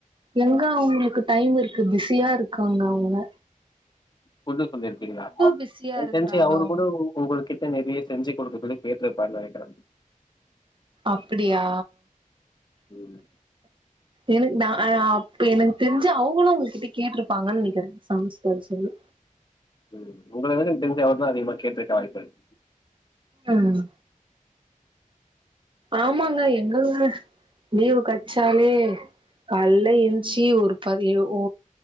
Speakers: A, on the right; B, on the left.
A: எங்க அவுங்களுக்கு டைம் இருக்கு பிஸியாருக்காங்க அவுங்க
B: ஃபுட் சொல்லிருக்கீங்ளா மா
A: பிஸியா
B: எனக்கு
A: இருக்குறாங்க
B: தெரிஞ்சு அவரு
A: அவங்க
B: கூட உங்கள் கிட்ட நறைய செஞ்சு குடுக்க சொல்லி கேட்ருப்பாருனு நெனைக்கிறே
A: அப்டியா
B: ம்
A: எனக்கு நா ஆ இப்ப எனக்கு தெரிஞ்சு அவங்களு உங்ககிட்ட கேட்ருப்பாங்கன் நெனைக்கிறே சமச்சு தர சொல்லி
B: ம் உங்கள விட எனக் தெரிஞ்சு அவரு தா அதிகமா கேட்ருக்க வாய்ப்பு இருக்கு
A: ம் ஆமாங்க எங்களுமே லீவு கச்சாலே கால்ல ஏன்ச்சி ஒரு பதி ஓ